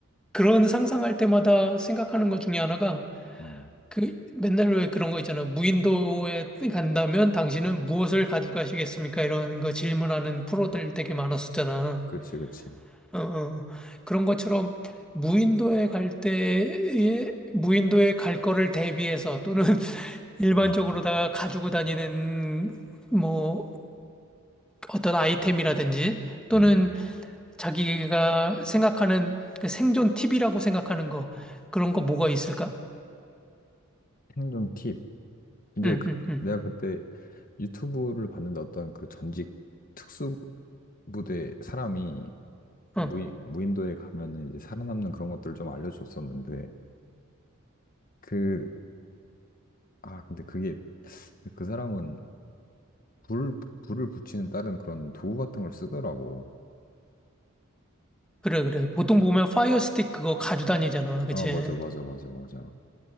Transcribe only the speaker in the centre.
그런 상상할 때마다 생각하는 것 중에 하나가
그 맨날 왜 그런 거 있잖아. 무인도에 간다면 당신은 무엇을 가지고 가시겠습니까? 이런 거 질문하는 프로들 되게 많았었잖아.
어, 어. 그런 것처럼 무인도에 갈 때에 무인도에 갈 거를 대비해서 또는 <laughs> 일반적으로다가
가지고 다니는 뭐 어떤 아이템이라든지 또는
자기가 생각하는 그 생존 팁이라고 생각하는 거 그런 거 뭐가 있을까?
응,
응, 응.
어,
그래, 그래. 보통
보면 파이어 스틱 그거 가지고 다니잖아. 그치?